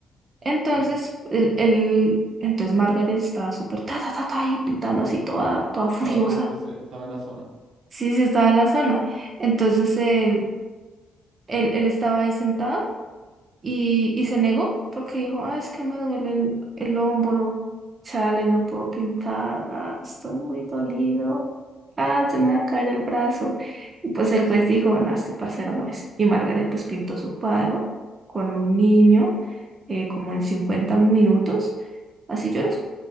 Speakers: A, on the right (about 35°); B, on the right (about 75°).
A: Entonces,
B: Sí.
A: el, el- entonces Margaret estaba súper ta, ta, ta, ta, y pintando así toda, toda furiosa.
B: Todo a poco se- estaba en la zona.
A: Sí, sí, estaba en la zona. Entonces, él, él, él estaba ahí sentado. Y, y se negó porque dijo, ah, es que me duele el, el hombro, chale, no puedo pintar, ah, estoy muy dolido, ah, se me va a caer el brazo. Y pues el juez
B: Sí.
A: dijo, no, este parcero no es. Y Margaret pues pintó su cuadro con un niño eh, como en 50 minutos, así lloroso.